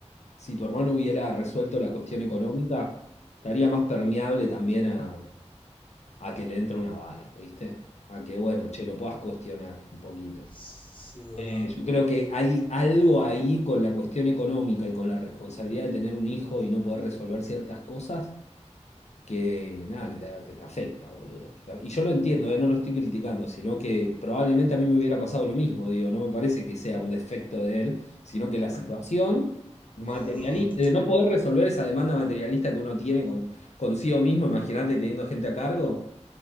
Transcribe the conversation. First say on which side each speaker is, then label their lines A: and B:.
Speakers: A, on the left; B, on the left.
A: Si tu hermano hubiera resuelto la cuestión económica, estaría más permeable también a, a que le entre una bala, ¿viste? A que, bueno, che, lo puedas cuestionar un poquito.
B: Sí, boludo.
A: Eh, yo creo que hay algo ahí con la cuestión económica y con la responsabilidad de tener un hijo y no poder resolver ciertas cosas que nada, que te, que te afecta, boludo. que te- y yo lo entiendo, eh, no lo estoy criticando, sino que probablemente a mí me hubiera pasado lo mismo, digo, no me parece que sea un defecto de él, sino que la situación materialista,
B: No, no.
A: de no poder resolver esa demanda materialista que uno tiene con, consigo mismo, imagínate teniendo gente a cargo,